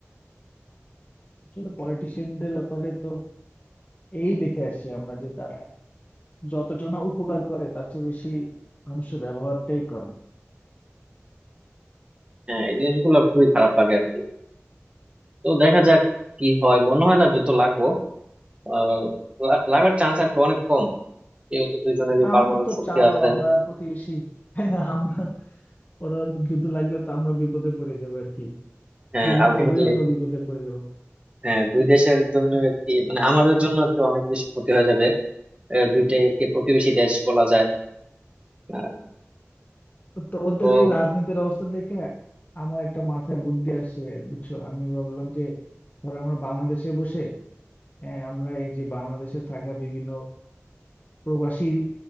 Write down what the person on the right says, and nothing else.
হ্যাঁ এই জিনিসগুলো খুবই খারাপ লাগে আর কি তো দেখা যাক কি হয় মনে হয় না যুদ্ধ লাগবো আহ লা- লাগার চান্স আর কি অনেক কম যেহেতু দুজনেরই
পারমাণবিক
শক্তি
আছে
হ্যাঁ
আলটিমেটলি
হ্যাঁ দুই দেশের জন্য আর কি মানে আমাদের জন্য আর কি অনেক বেশি ক্ষতি হয়ে যাবে আহ, দুইটাই আর কি প্রতিবেশী দেশ বলা যায় আহ,
তো